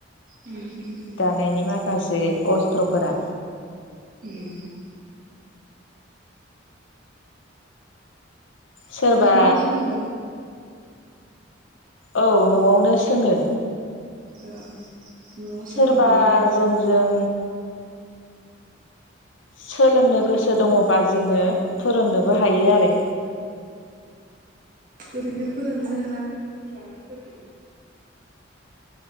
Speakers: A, on the right; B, on the left.
A: उम उम
B: दानायनि माखासे अस्त्र'फोरा
A: उम
B: सोरबा
A: न'आवनो सोङो
B: औ न'आवनो सोङो
A: औ न'आवसोंनान
B: सोरबा
A: दायोना
B: जोंजों सोलोंनो गोसो दङबा जोङो फोरोंनोबो हायो आरो।
A: ओरैनो फोरोङो ना फिस लानानै फोरोङो